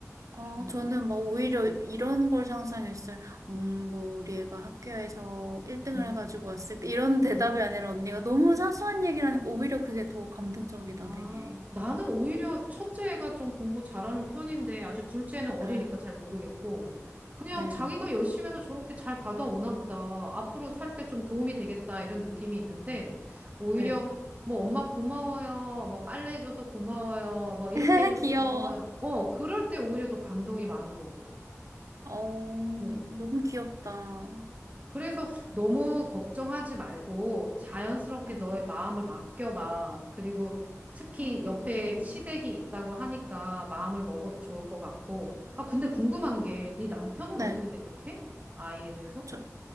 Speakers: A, on the right; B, on the right.
A: 어,
B: 정말로.
A: 저는 뭐 오히려 이런 걸 상상했어요. 음, 뭐 우리 애가 학교에서 1등을
B: 응.
A: 해가지고 왔을 때 이런
B: 아,
A: <laughs> 대답이 아니라 언니가 너무
B: 아.
A: 사소한 얘기를 하니까 오히려 그게 더 감동적이다,
B: 아,
A: 되게.
B: 나는 오히려 첫째 애가 좀 공부 잘하는 편인데 아주 둘째는 어리니까
A: 네,
B: 잘 모르겠고 그냥
A: 네,
B: 자기가 열심히 해서 저렇게 잘 받아오나 보다. 앞으로 살 때 좀 도움이 되겠다 이런 느낌이 있는데 오히려
A: 네.
B: 뭐 엄마 고마워요. 뭐 빨래 해줘서 고마워요. 뭐 이렇게
A: <laughs>
B: 해줘서
A: 귀여워.
B: 고마워요. 어, 그럴 때 오히려 더 감동이 많은 것 같아.
A: 어,
B: 응.
A: 너무 귀엽다.
B: 그래서 너무 걱정하지 말고 자연스럽게
A: 네.
B: 너의 마음을 맡겨봐. 그리고 특히
A: 음,
B: 옆에 시댁이 있다고 하니까 마음을 먹어도 좋을 것 같고. 아, 근데 궁금한 게 네 남편은
A: 네.
B: 어떻게 생각해? 아이에 대해서?
A: 저,